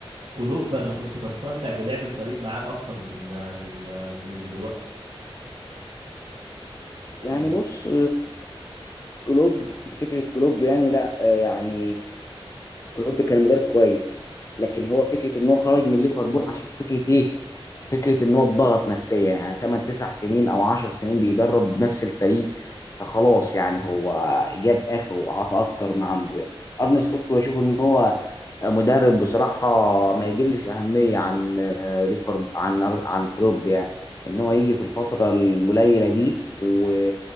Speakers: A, on the right; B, on the left.
A: كلوب انا كنت بستمتع بلعب الفريق معاه اكتر من من من ال- دلوقتي ال-
B: يعني بص كلوب فكرة كلوب يعني لا آه، يعني كلوب كان مدرب كويس لكن هو فكرة ان هو خرج من ليفربول عشان فكرة ايه فكره ان هو اتضغط نفسيا يعني 8 9 سنين او 10 سنين بيدرب نفس الفريق فخلاص يعني هو جاب اخره وعطى اكتر ما عنده يعني ارني سلوت بشوف ان هو مدرب بصراحه ما يجلش اهميه عن آه، ليفر عن أر- عن كلوب يعني ان هو يجي في الفتره القليله دي و